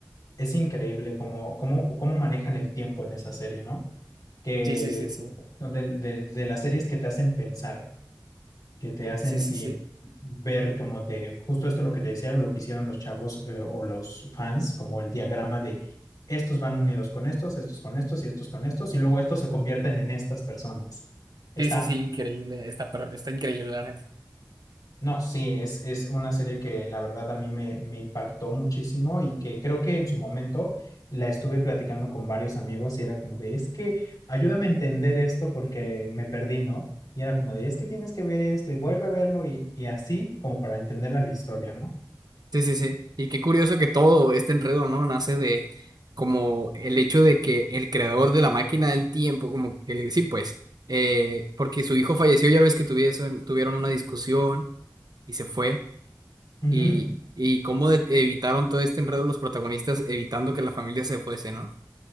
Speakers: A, on the left; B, on the right.
A: es increíble cómo, cómo, cómo manejan el tiempo en esa serie, ¿no? Que
B: Sí, sí, sí, sí.
A: son de, de- de las series que te hacen pensar, que te hacen
B: Sí, sí,
A: eh,
B: sí.
A: ver como de justo esto lo que te decían o lo que hicieron los chavos eh, o los fans, como el diagrama de estos van unidos con estos, estos con estos y estos con estos, y luego estos se convierten en estas personas. Está
B: Sí, sí, sí, increíble. Está, pero está increíble, la neta.
A: No, sí, es, es una serie que la verdad a mí me, me impactó muchísimo y que creo que en su momento la estuve platicando con varios amigos y era como de, es que ayúdame a entender esto porque me perdí, ¿no? Y era como de, es que tienes que ver esto y vuelve a verlo y, y así como para entender la historia, ¿no?
B: Sí, sí, sí. Y qué curioso que todo este enredo, ¿no? Nace de como el hecho de que el creador de la máquina del tiempo, como que le- sí, pues, eh, porque su hijo falleció, ya ves que tuviesen- tuvieron una discusión y se fue,
A: Ujú,
B: y, y cómo de- evitaron todo este enredo los protagonistas evitando que la familia se fuese, ¿no?